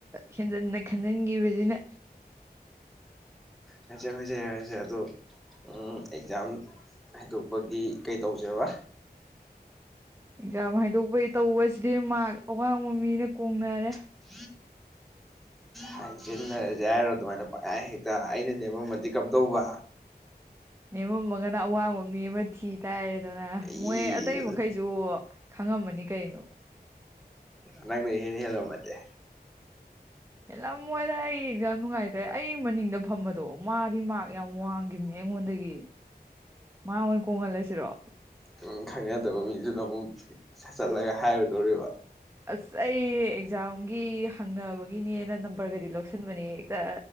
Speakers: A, on the right; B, in the centre.
A: ꯍꯦꯟꯖꯟꯅ ꯈꯟꯖꯟꯒꯤꯕꯖꯤꯅ
B: ꯍꯣꯏꯁꯦ ꯍꯣꯏꯁꯦ ꯌꯥꯔꯦꯁꯦ ꯑꯗꯣ ꯎꯝ ꯑꯦꯛꯖꯥꯝ ꯍꯥꯏꯗꯣꯛꯄꯒꯤ ꯀꯩ ꯇꯧꯁꯦꯕ
A: ꯑꯦꯛꯖꯥꯝ ꯍꯥꯏꯗꯣꯛꯄꯩ ꯇꯧꯕꯁꯤꯗꯤ ꯃꯥꯛ ꯑꯋꯥꯡꯕ ꯃꯤꯅ ꯀꯣꯡꯅꯔꯦ
B: <unintelligible> ꯍꯥꯏꯖꯤꯟꯅꯔꯖꯦ ꯍꯥꯏꯔꯣ ꯑꯗꯨꯃꯥꯏꯅ ꯄꯪꯍꯥꯏ ꯍꯦꯛꯇ ꯑꯩꯅ ꯅꯦꯝꯃꯝꯃꯗꯤ ꯀꯝꯗꯧꯕ
A: ꯅꯦꯝꯃꯝꯃꯒꯅ ꯑꯋꯥꯡꯕ ꯃꯤ ꯑꯃ ꯊꯤ ꯇꯔꯦꯗꯅ
B: ꯏ
A: ꯃꯣꯏ ꯑꯇꯩ ꯃꯈꯩꯁꯨ ꯈꯪꯉꯝꯃꯅꯤ ꯀꯩꯅꯣ
B: ꯅꯪꯅ ꯏꯍꯦꯟ ꯍꯦꯜꯂꯝꯃꯗꯤ
A: ꯍꯦꯜꯂꯝꯃꯣꯏꯗ ꯑꯩ ꯑꯦꯛꯖꯝ ꯅꯨꯡꯉꯥꯏꯇꯦ ꯑꯩ ꯃꯅꯤꯡꯗ ꯐꯝꯕꯗꯣ ꯃꯥꯗꯤ ꯃꯥꯥꯛ ꯌꯥꯝ ꯋꯥꯡꯒꯤꯕꯅꯦ ꯑꯩꯉꯣꯟꯗꯒꯤ ꯃꯥ ꯑꯣꯏꯟ ꯀꯣꯡꯍꯜꯂꯁꯤꯔꯣ
B: ꯎꯝ ꯈꯪꯅꯗꯕ ꯃꯤꯗꯨꯗ ꯑꯃꯨꯛ ꯁꯠꯆꯜꯂꯒ ꯍꯥꯏꯔꯨꯗꯣꯔꯤꯕ
A: ꯑꯁ ꯑꯩ ꯑꯦꯛꯖꯥꯝꯒꯤ ꯍꯪꯅꯕꯒꯤꯅꯦꯅ ꯅꯝꯕꯔꯒꯗꯤ ꯂꯧꯁꯟꯕꯅꯦ ꯍꯦꯛꯇ